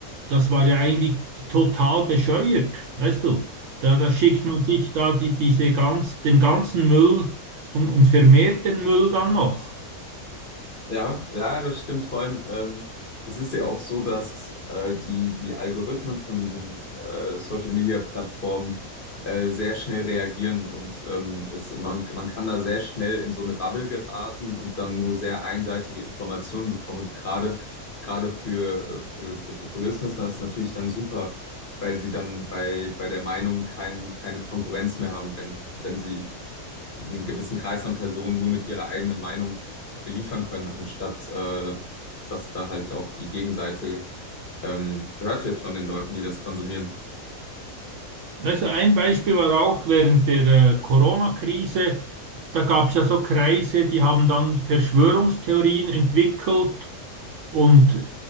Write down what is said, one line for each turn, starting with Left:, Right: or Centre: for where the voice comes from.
Right: das war ja eigentlich total bescheuert, weißt du? Da, da schickt man sich da die, diese ganz, den ganzen Müll und, und vermehrt den Müll dann noch.
Left: Ja, ja, das stimmt. Vor allem, ähm, es ist ja auch so, dass äh, die, die Algorithmen von diesen äh, Social-Media-Plattformen äh, sehr schnell reagieren und ähm, es, man, man kann da sehr schnell in so eine Bubble geraten und dann nur sehr einseitige Informationen bekommen. Und gerade, gerade für, äh, für, für Populisten ist das natürlich dann super, weil sie dann bei, bei der Meinung kein, keine Konkurrenz mehr haben, wenn, wenn sie einen gewissen Kreis an Personen nur mit ihrer eigenen Meinung beliefern können, anstatt äh, dass da halt auch die Gegenseite ähm, gehört wird von den Leuten, die das konsumieren.
Right: Also ein Beispiel war auch während der äh, Corona-Krise, da gab es ja so Kreise, die haben dann Verschwörungstheorien entwickelt und